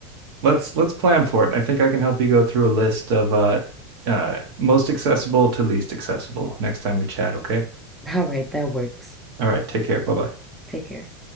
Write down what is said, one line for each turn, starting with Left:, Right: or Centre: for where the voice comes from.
Right: let's let's plan for it. I think I can help you go through a list of uh, uh, most accessible to least accessible next time we chat, okay?
Centre: <laughs> All right, that works.
Right: All right. Take care. Bye-bye.
Centre: Take care.